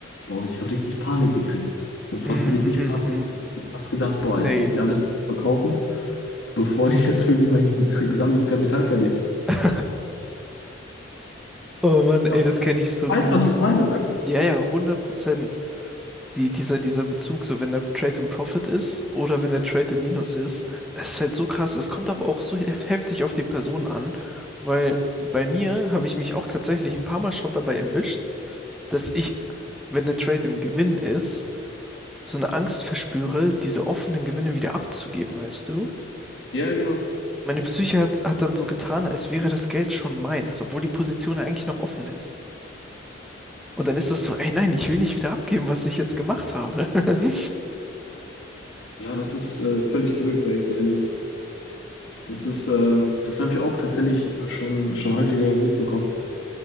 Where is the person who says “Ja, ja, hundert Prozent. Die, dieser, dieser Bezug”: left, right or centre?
Centre